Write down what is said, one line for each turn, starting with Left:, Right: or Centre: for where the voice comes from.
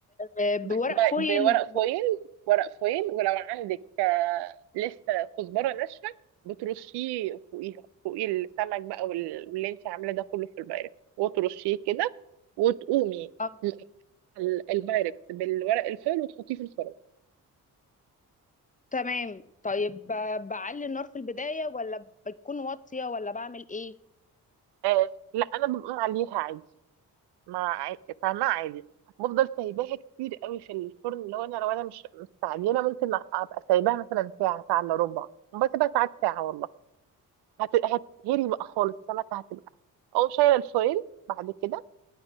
Left: آه، بورق
Right: ب... ب...
Left: فويل
Right: بورق
Left: و...
Right: فويل ورق فويل ولو عندك آه، لسه كزبره ناشفه بترشيه فوقيها فوقيه السمك بقى وال- واللي انت عاملاه ده كله في البايركس وترشيه كده وتقومي
Left: آه،
Right: ال- ال- البايركس بالورق الفويل وتحطيه في الفرن
Left: تمام طيب ب- بعلي النار في البدايه ولا بتكون واطيه ولا بعمل ايه
Right: آه لا انا بقوم عليها عادي ما عا- فاهمة عادي بفضل سايباها كتير قوي في الفرن اللي هو انا لو انا مش مستعجله ممكن ابقى سايباها مثلا ساعه ساعه الا ربع بسيبها ساعات ساعه والله هت... هتتهري بقى خالص السمكه هتبقى او شايله الفويل بعد كده